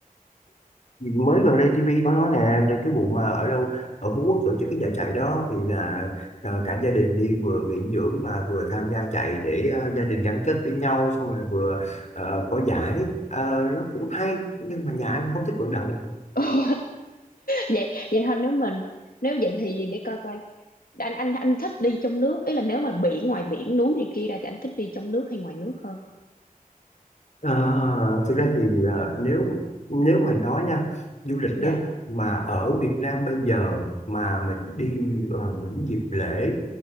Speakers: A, on the left (about 50°); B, on the left (about 75°).
A: Vì mới gần đây TV có nói nè là cái vụ mà ở đâu ở Phú Quốc tổ chức cái giải chạy đó thì là à, cả gia đình đi vừa nghỉ dưỡng mà vừa tham gia chạy để à, gia đình gắn kết với nhau xong rồi vừa ờ, có giải Ờ, nó cũng hay nhưng mà nhà anh không thích vận động
B: <laughs> vậy vậy thôi nếu mình nếu vậy thì để coi coi anh anh anh thích đi trong nước ý là nếu mà biển ngoài biển núi này kia ra thì anh thích đi trong nước hay ngoài nước hơn
A: À, thực ra thì à, nếu nếu mà nói nha du lịch
B: Dạ,
A: đó mà ở Việt Nam bây giờ mà mình đi vào những dịp lễ